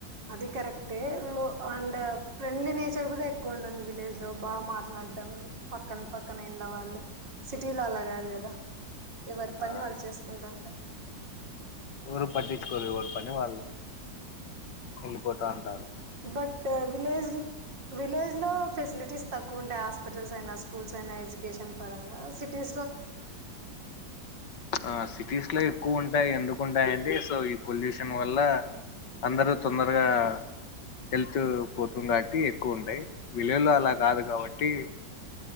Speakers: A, on the right; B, on the left.
A: అది కరెక్టే లో అండ్ ఫ్రెండ్లీ నేచర్ కూడా ఎక్కువ ఉంటుంది విలేజ్లో బాగా మాట్లాడ్డం పక్కన పక్కన ఇంళ వాళ్ళు సిటీలో అలా కాదు కదా ఎవరి పని
B: ఆ
A: వాళ్ళు చేసుకుంటూ ఉంటారు
B: ఓరు పటి కోరు ఎవరి పని వాళ్ళు వెళ్ళిపోతా అంటారు
A: బట్ విలేజ్ విలేజ్ లో ఫెసిలిటీస్ తక్కువ ఉంటాయి హాస్పిటల్స్ అయినా స్కూల్స్ అయినా ఎడ్యుకే
B: ఆ సిటీస్ లో ఎక్కువ ఉంటాయి ఎందుకుంటాయంటే సో ఈ పొల్యూషన్ వల్ల అందరూ తొందరగా హెల్త్ పోతుందాట్టి ఎక్కువ ఉంటాయి విలులు అలా కాదు కాబట్టి